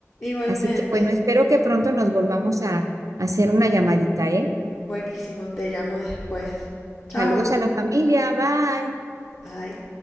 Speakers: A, on the left; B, on the right.
A: Igualmente.
B: Así que bueno, espero que pronto nos volvamos a, a hacer una llamadita, ¿eh?
A: Buenísimo, te llamo después. Chao.
B: Saludos a la familia, bye.
A: Bye.